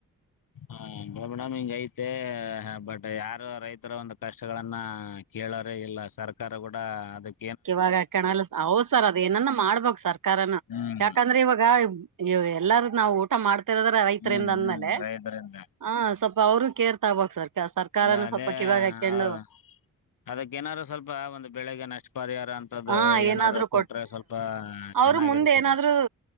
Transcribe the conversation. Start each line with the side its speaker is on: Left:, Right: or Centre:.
Left: ಹ ಮೇಡಮ್ ಹಿಂಗ ಐ ಮತ್ತೆ ಬಟ್ ಯಾರು ರೈತರ ಒಂದು ಕಷ್ಟಗಳನ್ನ ಕೇಳೋರೇ ಇಲ್ಲ ಸರ್ಕಾರ ಕೂಡ ಅದಕ್ಕೆ
Right: ಇವಾಗ ಕಣಲ್ಲ ಹೌ ಸರ್ ಅದೇಏನನ್ನ ಮಾಡ್ಬು ಸರ್ಕಾರನು
Left: ಹ್ಮ್
Right: ಯಾಕಂದ್ರೆ ಇವಾಗ ಇ ಎಲ್ಲಾರ ನಾವು ಊಟ ಮಾಡ್ತಿರದ್ರ ರೈತರಿಂದ
Left: ಹ್ಮ್
Right: ಅಂದ್ಮೇಲೆ
Left: ಹ್ಮ್ ರೈತರಿಂದ
Right: ಹ ಸ್ವಲ್ ಅವರು ಕೇರ್ ತೊಗಬೇಕು ಸರ್ ಸರ್ಕಾರನು
Left: ಈಗ ಅದೇ
Right: ಸ್ವಲ್ಪ ಕಿವಾಗ ಹಾಕೊಂಡು
Left: ಹೌದ ಅದಕ್ಕ ಏನಾದ್ರು ಸ್ವಲ್ಪ ಒಂದು ಬೆಳಿಗ್ಗೆ ನಷ್ಟ ಪರಿಹರ್ ಅಂತದ್ದು
Right: ಹ ಏನಾದ್ರು
Left: ಏನಾರ್ರು ಕೊಟ್ರೆ ಸ್ವಲ್ಪ
Right: ಅವ್ರು
Left: ಚೆನ್ನಾಗಿರುತ್ತೆ
Right: ಮುಂದೆ ಏನಾದ್ರು
Left: ಮೇಡಮ್